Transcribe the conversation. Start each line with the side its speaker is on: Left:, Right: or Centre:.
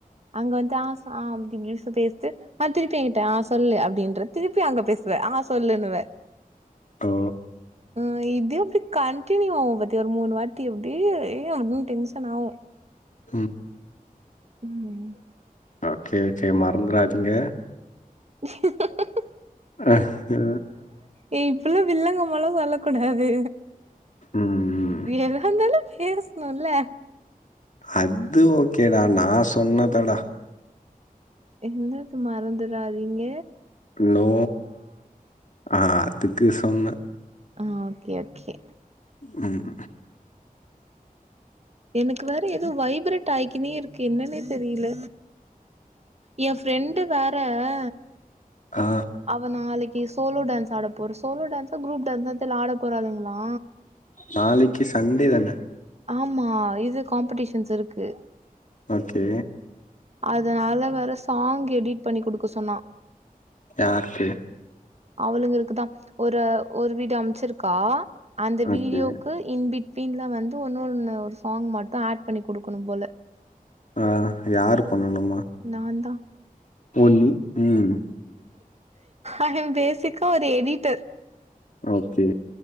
Right: அங்க வந்து ஆ சா அப்டி <unintelligible> பேசிட்டு ஆ திருப்பி ஏ கிட்ட ஆ சொல்லு அப்டின்ற திருப்பி அங்க பேசுவ ஆ சொல்லுன்னுவ
Left: ஓ
Right: ஆ இது அப்டெ கண்டினியூ ஆவு பத்தி ஒரு மூணு வாட்டி அப்டி ஏ <unintelligible> டென்ஷன் ஆவு
Left: ம்
Right: ம்
Left: ஓகே ஓகே மறந்துறாதீங்க
Right: <unintelligible>
Left: அஹ் அ
Right: ஏ இப்புல்லா வில்லங்கமால்லா சொல்லக்குடாது
Left: ம்
Right: எல்லாந்தானெ பேசுணுல்ல
Left: அத்து ஓகேடா நா சொன்னதடா
Right: என்னது மறந்துடாதீங்க
Left: ஹலோ ஆ அ துக்கு சொன்ன
Right: ஆ ஓகே ஓகே
Left: ம்
Right: எனக்கு வேற எதோ வைப்ரட் ஆய்க்கினே இருக்கு என்னன்னே தெரில ஏ ஃப்ரெண்டு் வேற ஆ
Left: ஆ
Right: அவ நாளைக் கி சோலோ டான்ஸ் ஆட போற சோலோ டான்ஸ்ஸா குரூப் டான்ஸ்ஸா தெர்ல ஆட போறாளுங்களா
Left: நாளைக்கு சண்டே தான
Right: ஆமா இது காம்படிஷன்ஸ் இருக்கு
Left: ஓகே
Right: அதனால வேற சாங் எடிட் பண்ணி குடுக்க சொன்னா
Left: யாருக்கு
Right: அவளுங்களுக்குதா ஒரு ஒரு வீடிய அமுச்சிருக்கா அந்த
Left: ஓகே
Right: வீடியோக்கு இன்பிட் வீன்ல வந் து ஒன்னொடொன்னு ஒரு சாங் மட்டு ஆட் பண்ணி குடுக்கணும் போல
Left: ஆ யாரு பண்ணணுமா
Right: நான்தா
Left: ஓ நீ ம்
Right: ஐயம் பேசிக்கா ஒரு எடிட்டர்
Left: ஓகே